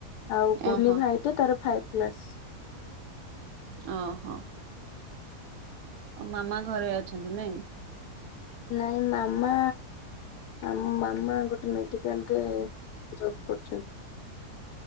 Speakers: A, on the left; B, on the right.
A: ଆଉ କୁନି
B: ଓହୋ
A: ଭାଇଟେ ତାର ଫାଇଭ କ୍ଲାସ୍।
B: ଓହୋ। ଆ ମାମା ଘରେ ଅଛନ୍ତି ନାଇଁ?
A: ନାଇଁ ମାମା ଆମ ମାମା ଗୋଟେ ମେଡିକାଲରେ ଜବ୍ କରୁଛନ୍ତି।